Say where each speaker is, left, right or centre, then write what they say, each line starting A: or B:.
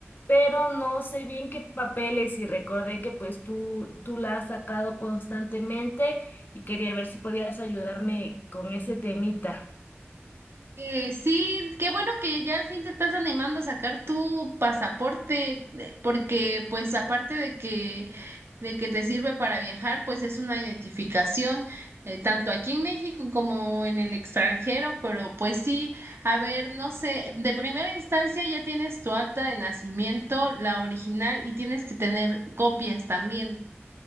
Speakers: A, on the left; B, on the right.
A: pero no sé bien qué papeles y recordé que pues tú, tú la has sacado constantemente y quería ver si podías ayudarme con ese temita.
B: Eh, sí, qué bueno que ya al fin te estás animando a sacar tu pasaporte, eh, porque pues aparte de que de que te sirve para viajar, pues es una identificación eh, tanto aquí en México como en el extranjero, pero pues sí, a ver, no sé, de primera instancia ya tienes tu acta de nacimiento, la original, y tienes que tener copias también.